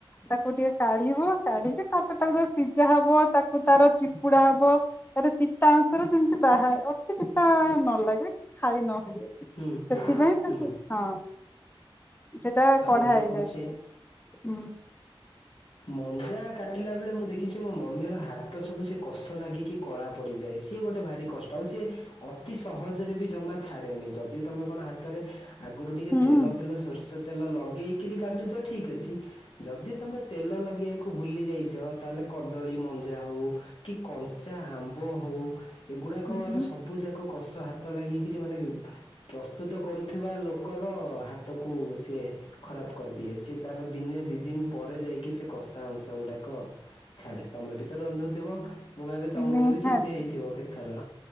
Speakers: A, on the left (about 20°); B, on the left (about 70°).
A: ତାକୁ ଟିକେ କାଢିବ, କାଢିକି ତାପରେ ତାକୁ ସିଝା ହବ, ତାକୁ ତାର ଚିପୁଡା ହବ। ତାର ପିତା ଅଂଶରା ଯେମିତି ବାହାରେ ଅତି ପିତା ନଲାଗେ ଖାଇ ନ ହୁଏ,
B: ହୁଁ
A: ସେଥିପାଇ ତାକୁ
B: ହୁଁ
A: ହ। ସେଟା
B: ଆଉ
A: କଢା
B: ଗୋଟେ
A: ହେଇଯାଏ,
B: କହୁଛି
A: ହୁଁ
B: ମଞ୍ଜା କାଟିଲା ବେଳେ ମୁଁ ଦେଖିଛି ମୋ ମମିର ହାତ ସବୁ ସେ କଷ ଲାଗିକି କଳା ପଡିଯାଇଛି। ସିଏ ଗୋଟେ ଭାରି କଷ୍ଟ ଆଉ ସିଏ ଅତି ସହଜରେ ବି ଜମା ଛାଡ଼େନି, ଯଦି ତମେ କଣ ହାତରେ ଆଗରୁ ଟିକେ
A: ହୁଁ।
B: ତେଲ ଫେଲ ସୋରିଷ ତେଲ ଲଗେଇକିରି କାଟୁଛ ଠିକ ଅଛି, ଯଦି ତମେ ତେଲ ଲଗାଇବାକୁ ଭୁଲି ଯାଇଛ, ତାହେଲେ କଦଳୀ ମଞ୍ଜା ହେଉ କି କଞ୍ଚା ହମ୍ ହଉ ଏଗୁଡାକର
A: ହୁଁ
B: ସବୁ ଯାକ କଷ ହାତ ଲାଗିକିରି ମାନେ ପ୍ରସ୍ତୁତ କରୁଥିବା ଲୋକର ହାତକୁ ସେ ଖରାପ କରିଦିଏ ସେ ତାର ଦିନେ ଦି ଦିନ ପରେ ଯାଇକି ସେ କଷା ଅଂଶ ଗୁଡାକ ଛାଡେ, ତମେ ବି ତ ରାନ୍ଧୁଥିବ। ମୁଁ ଭାବିବି ତମରୁ
A: ନିହାତି
B: ବି ସେମିତି ହେଇଥିବ କେଥର।